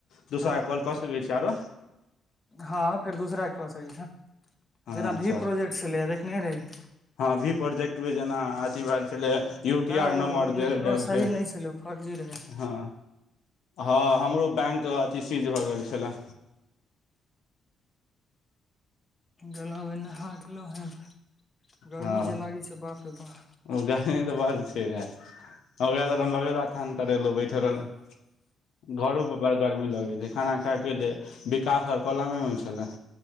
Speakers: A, on the left (about 75°); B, on the left (about 25°).
A: दोसरा
B: हँ
A: के कॉल कऽ सकै छी आरो
B: हँ फेर दूसराे कऽ सकैत छी
A: हँ
B: जेना
A: अच्छा
B: भी प्रोजेक्ट छलै देखनेहे रही
A: हँ भी प्रोजेक्टमे जेना अथी भए छलै यू टी
B: वएह
A: आर नम्बर
B: ओ
A: देल
B: लेकिन
A: जाइ
B: ओ सही
A: छै
B: नहि छलै ओ फर्जी रहै
A: हँ हँ हमरो बैंक अथि सीज भऽ गेल छले
B: गेलहुे नहालो हे गर्मी
A: हँ
B: जे लागै छै बापे बाप
A: ओ गर्मी त बार छै यार ओकरा बर हम बगेल बाथान तर एलहुँ बैठल घरोपर बड़ गर्मी लगैत छै खाना खायके लिए विकास सब कलमेमे छलै